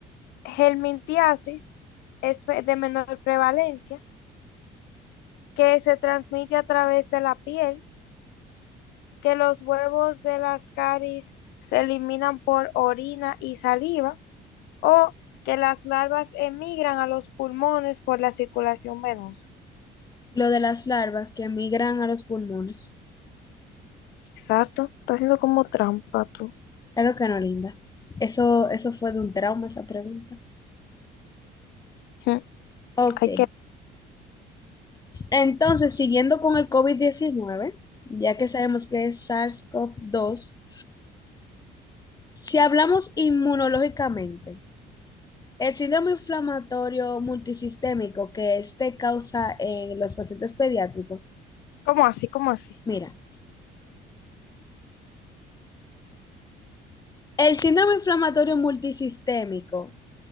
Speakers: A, on the left; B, on the left.
A: helmintiasis es de menor prevalencia que se transmite a través de la piel, que los huevos de las caries se eliminan por orina y saliva, o que las larvas emigran a los pulmones por la circulación venosa.
B: Lo de las larvas que migran a los pulmones.
A: Exacto, está haciendo como trampa tú.
B: Claro que no, linda. Eso, eso fue de un trauma esa pregunta.
A: Ujú.
B: Ok.
A: Hay que,
B: Entonces, siguiendo con el covid diecinueve, ya que sabemos que es SARS-CoV-2, si hablamos inmunológicamente, El síndrome inflamatorio multisistémico que este causa en los pacientes pediátricos,
A: como así, como así.
B: mira, el síndrome inflamatorio multisistémico